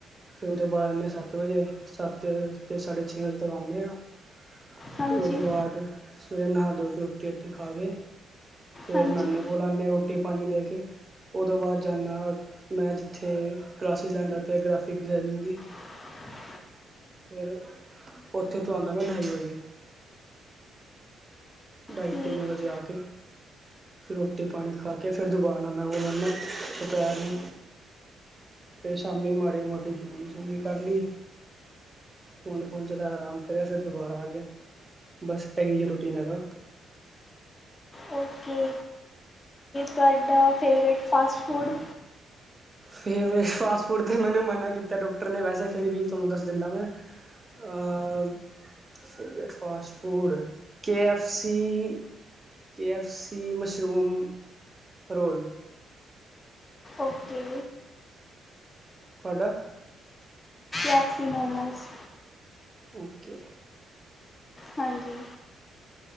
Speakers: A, on the right; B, on the left.
A: ਫਿਰ ਉਹਦੇ ਬਾਅਦ ਆਉਦੇ ਹਾਂ ਸੱਤ ਵਜੇ ਸੱਤ ਸਾਢੇ ਛੇ ਵਜੇ ਤੱਕ ਆਉਂਦੇ ਹਾਂ। ਅਤੇ
B: ਹਾਂਜੀ
A: ਉਹ ਤੋਂ ਬਾਅਦ ਸਵੇਰੇ ਨਹਾ ਧੋ ਕੇ ਰੋਟੀ ਰਾਟੀ ਖਾ ਕੇ। ਫੇਰ
B: ਹਾਂਜੀ
A: ਨਾਨੇ ਕੋਲ ਆਓਨੇ ਆ ਰੋਟੀ ਪਾਣੀ ਲੈ ਕੇ। ਉਹ ਤੋਂ ਬਾਅਦ ਜਾਂਦਾ ਮੈਂ ਜਿੱਥੇ ਕਲਾਸਿਸ ਲੈਂਦਾ ਪਿਆ ਗ੍ਰਾਫਿਕ ਡਿਜ਼ਾਇਨਿੰਗ ਦੀ।
B: ਹ
A: ਫਿਰ ਉੱਥੇ ਤੋ ਆਂਦਾ ਮੈਂ ਢਾਈ ਵਜੇ। ਢਾਈ
B: ਠੀਕ
A: ਤਿੰਨ ਵਜੇ ਆ ਕੇ। ਫਿਰ ਰੋਟੀ ਪਾਣੀ ਖਾ ਕੇ ਫਿਰ ਦੁਬਾਰਾ ਉਹਨਾਂ ਨੂੰ ਦੁਪਹਿਰ ਨੂੰ। ਅਤੇ ਸ਼ਾਮੀ ਮਾੜੀ ਮੋਟੀ ਫਿਲਮ ਘੁੰਮੀ ਸ਼ੁਮੀ ਕਰ ਲਈ। ਫੋਨ ਫੋਨ ਚਲਾ ਆਰਾਮ ਕਰਿਆ ।ਫਿਰ ਦੁਬਾਰਾ ਆ ਗਏ ਬਸ ਇਹੀ ਜਿਹੀ ਰੂਟੀਨ ਹੈਗਾ।
B: ਓਕੇ ਤੁਹਾਡਾ favourite fast food?
A: Favourite fast food ਦਾ ਮੈਨੂੰ ਮਨਾ ਕੀਤਾ ਡਾਕਟਰ ਨੇ ਵੈਸੇ ਫਿਰ ਵੀ ਤੁਹਾਨੂੰ ਦੱਸ ਦਿੰਦਾ ਮੈਂ। ਅ favourite fast food K F C. K F C, mushroom roll.
B: Okay.
A: ਤੁਹਾਡਾ
B: ਐਫ ਸੀ ਮੋਮੋਜ਼।
A: ਓ ਕੇ।
B: ਹਾਂਜੀ।